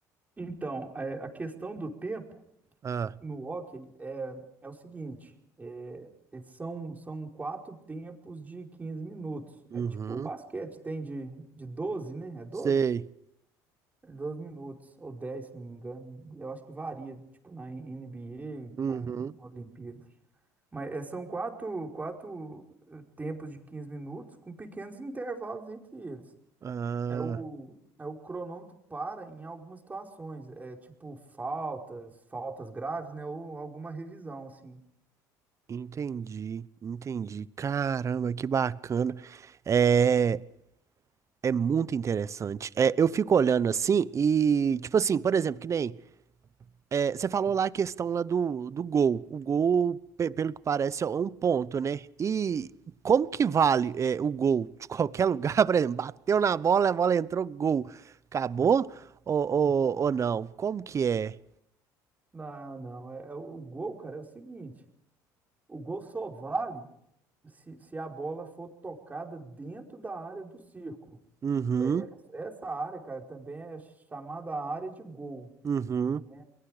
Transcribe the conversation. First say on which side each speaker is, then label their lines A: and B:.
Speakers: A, on the right (about 20°); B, on the right (about 35°).
A: Então, é, a questão do tempo.
B: Ah,
A: No hockey é, é o seguinte, é, eles são, são quatro tempos de 15 minutos.
B: uhum,
A: É tipo o basquete, tem de, de 12, né? É doze,
B: sei.
A: É 12 minutos, ou 10, se não me engano. Eu acho que varia, tipo na NBA
B: Uhum.
A: com Olimpíadas. Mas é, são quatro, quatro eh, tempos de 15 minutos com pequenos intervalos entre eles.
B: Ah,
A: É o, é o cronômetro para em algumas situações, é tipo faltas, faltas graves, né? Ou alguma revisão, assim.
B: entendi, entendi. Caramba, que bacana. É, é muito interessante. É, eu fico olhando assim e, tipo assim, por exemplo, que nem é, você falou lá a questão lá do, do gol. O gol, pe- pelo que parece, é um ponto, né? E como que vale é, o gol? De qualquer lugar, <laughs> por exemplo, bateu na bola, a bola entrou, gol. Acabou ou, ou,
A: <laughs>
B: ou não? Como que é?
A: Não, não. É, é o o gol, cara, é o seguinte: o gol só vale se, se a bola for tocada dentro da área do círculo.
B: Uhum,
A: É, é- essa área, cara, também é chamada área de gol.
B: uhum,
A: né?